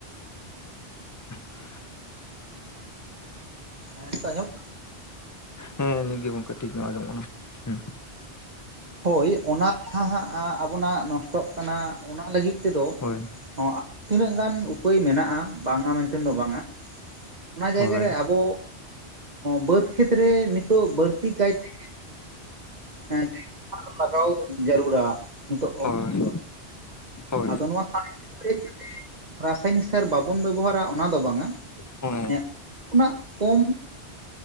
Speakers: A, on the left; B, on the right.
A: <unintelligible>
B: ᱦᱮᱸ ᱱᱤᱛᱚᱜ ᱟᱸᱡᱚᱢ
A: ᱦᱮᱸ ᱱᱤᱜᱮ ᱜᱚᱝᱠᱮ ᱴᱷᱤᱠ ᱧᱚᱜ ᱟᱸᱡᱚᱢᱚᱜ ᱠᱟᱱᱟ ᱦᱮᱸ
B: ᱦᱳᱭ ᱚᱱᱟ ᱡᱟᱦᱟᱸ ᱟᱵᱚᱱᱟᱜ ᱱᱚᱥᱴᱚᱜ ᱠᱟᱱᱟ ᱚᱱᱟ ᱞᱟᱹᱜᱤᱫ ᱛᱮᱫᱚ
A: ᱦᱳᱭ
B: ᱦᱚᱸ ᱛᱤᱱᱟᱹᱜ ᱜᱟᱱ ᱩᱯᱟᱹᱭ ᱢᱮᱱᱟᱜᱼᱟ ᱵᱟᱝᱟ ᱢᱮᱱᱛᱮ ᱫᱚ ᱵᱟᱝᱟ ᱚᱱᱟ ᱡᱟᱭᱜᱟ
A: ᱦᱳᱭ
B: ᱨᱮ ᱟᱵᱚ ᱵᱟᱹᱫᱽ ᱠᱷᱮᱛᱨᱮ ᱱᱤᱛ ᱛᱚ ᱵᱟᱹᱲᱛᱤ ᱠᱟᱭᱛᱮ ᱦᱮᱸ ᱞᱟᱜᱟᱣ ᱡᱟᱹᱨᱩᱲᱟ ᱱᱤᱛᱚᱜ ᱚᱠᱛᱚ
A: ᱦᱳᱭ
B: ᱨᱮ
A: ᱦᱳᱭ
B: ᱟᱫᱚ ᱱᱚᱣᱟ ᱥᱟᱨ <inaudible> ᱨᱟᱥᱟᱭᱱᱤᱠ ᱥᱟᱨ ᱵᱟᱵᱚᱱ ᱵᱮᱵᱚᱦᱟᱨᱟ ᱚᱱᱟ ᱫᱚ ᱵᱟᱝᱟ
A: ᱦᱳᱭ
B: ᱦᱮᱸ ᱠᱷᱚᱱᱟᱜ ᱠᱚᱢ